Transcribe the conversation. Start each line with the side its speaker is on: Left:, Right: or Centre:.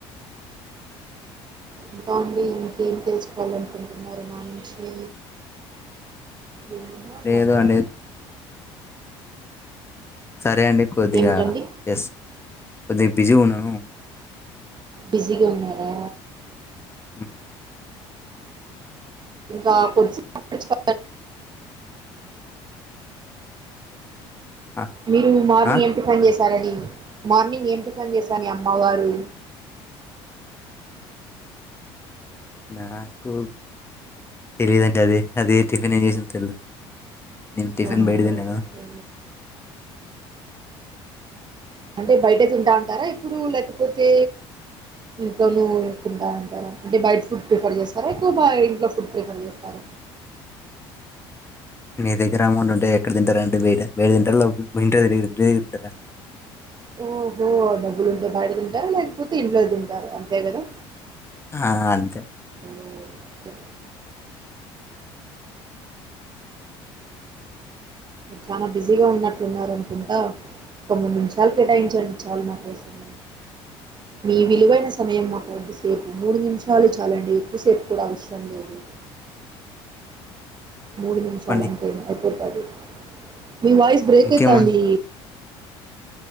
Right: ఇంకా అండి ఇంకేం తెలుసుకోవాలనుకుంటున్నారు నా నుంచి ఏ
Left: లేదు
Right: మనవె
Left: అండి సరే అండి కొద్దిగా
Right: ఏమిటండి
Left: ఎస్ కొద్ది బిజిఉన్నాను
Right: బిజీగున్నారా
Left: ఉ
Right: ఇంకా <unintelligible>
Left: ఆ
Right: మీరు మార్నింగ్
Left: ఆ
Right: ఏ పని చేసారండి మార్నింగ్ ఏంటి పన్ చేశా మీ అమ్మ వారు
Left: నా కు తెలిదంటి అది అదే టిఫన్ ఏం చేసింద్ తెల్దు నేన్ టిఫిన్
Right: అవునా
Left: బయట
Right: అండి
Left: తిన్నాను
Right: ఓకే అంటె బయట తింటా ఉంటారా ఇప్పుడు లై పోతే ట్లోను తింటాఉంటార అంటె బయట ఫుడ్ ప్రిఫర్ చేస్తారా ఎక్కువ ఇంట్లో ఫుడ్ ప్రిఫర్ చేస్తార
Left: మీ దగ్గర అమౌంట్ ఉంటే ఎక్కడ తింటారు అంటేే బయట తింటారా ఇంట్లో తింటారా
Right: ఓహో డబ్బులుంటే బయట తింటారు లేకపోతే ఇంట్లో తింటారు అంతే గదా
Left: ఆ అంతె
Right: ఓ కె చాన బిజీగా ఉన్నట్లున్నరనుకుంటా ఒక మూడు నిమ్షాలు కేటాయించండి చాలు మా కోసం మీ విలువైన సమయం మాకు కొద్దిసేపు మూడు నిమిషాలు చాలండి ఎక్కువసేపు కూడా అవ్సరం లేదు మూడు నిమ్షాలు
Left: చెప్పండి
Right: అంతే ఇంకా ఐ గ మీ వాయిస్ బ్రేక్
Left: ఇంకేమండి
Right: అయితాంది